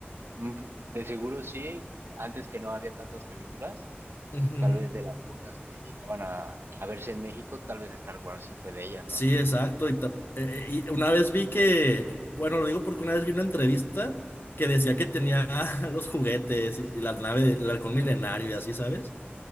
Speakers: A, on the right; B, on the left.
A: Mm, De seguro sí, antes que no había tantas películas,
B: Ujú.
A: tal vez de las pocas que llegaban a, a verse en México, tal vez Star Wars sí fue de ellas, ¿no?
B: Sí, exacto. Y, ta- eh, eh, y una vez vi que, bueno, lo digo porque una vez vi una entrevista que decía que tenía <laughs> los juguetes y, y la nave del halcón milenario y así, ¿sabes?